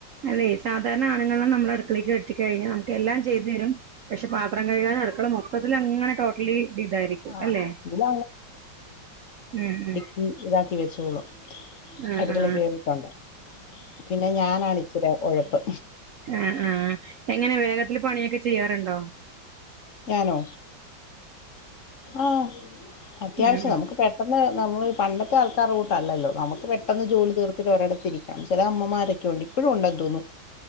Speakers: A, on the right; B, on the left.
A: അതേയ് സാധാരണ ആണുങ്ങളെ നമ്മളടുക്കളേക്ക് കേറ്റി കഴിഞ്ഞാ നമുക്കെല്ലാം ചെയ്തരും പക്ഷെ പാത്രം കഴ്കാന് അടുക്കള മൊത്തത്തിലങ്ങനെ ടോ <unintelligible> ഇതായിരിക്കും
B: ആഹ്
A: അല്ലെ
B: ഇത്
A: ഉം ഹും
B: കി ഇതാക്കി വെച്ചോളും
A: ആഹ്
B: അടുക്കളെ
A: ആഹ്
B: കേറിട്ടൊണ്ടേ പിന്നെ ഞാനാണിച്ചിരി ഒഴപ്പ്
A: ആ ആഹ് എങ്ങനെ വേഗത്തില് പണിയൊക്കെ ചെയ്യാറ്ണ്ടോ
B: ഞാനോ ആഹ് അത്യാവശ്യം
A: ഉം
B: നമ്മക്ക് പെ ട്ടന്ന് നമ്മള് പണ്ടത്തെ ആൾക്കാരെ കൂട്ടല്ലല്ലോ, നമുക്ക് പെട്ടെന്ന് ജോലി തീർത്തിട്ട് ഒരെടത്ത് ഇരിക്കണം. ചെല അമ്മമാരെ ക്കെ ഉണ്ട് ഇപ്പഴും ഉണ്ടെന്ന് തോന്നുന്നു